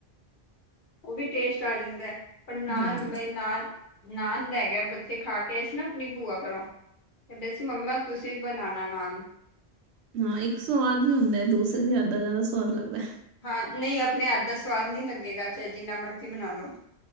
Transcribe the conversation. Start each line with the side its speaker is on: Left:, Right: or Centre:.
Left: ਉਹ ਵੀ ਟੇਸਟ ਆ ਜਾਂਦਾ ਹੈ, ਪਰ ਨਾਲ
Right: ਹਮ
Left: ਬਈ ਨਾਲ ਨਦ ਹੈ ਗਿਆ ਬੱਚੇ ਖਾ ਕੇ ਆਏ ਸੀ, ਨਾ ਆਪਣੀ ਭੂਆ ਘਰੋ। ਕਹਿੰਦੇ ਸੀ, ਮੰਮਾ ਤੁਸੀਂ ਬਣਾਉਣਾ ਨਾਨ
Right: ਹਾਂ ਇੱਕ ਸੁਵਾਦ ਵੀ ਹੁੰਦਾ, ਦੂਸਰੇ ਦੇ ਹੱਥ ਦਾ ਜਿਆਦਾ ਸੁਵਾਦ ਲੱਗਦਾ।
Left: ਹਾਂ ਨਹੀਂ ਆਪਣੇ ਹੱਥ ਦਾ ਸਵਾਦ ਨਹੀਂ ਲੱਗੇਗਾ ਚਾਹੇ ਜਿੰਨਾ ਮਰਜ਼ੀ ਬਣਾ ਲੋ,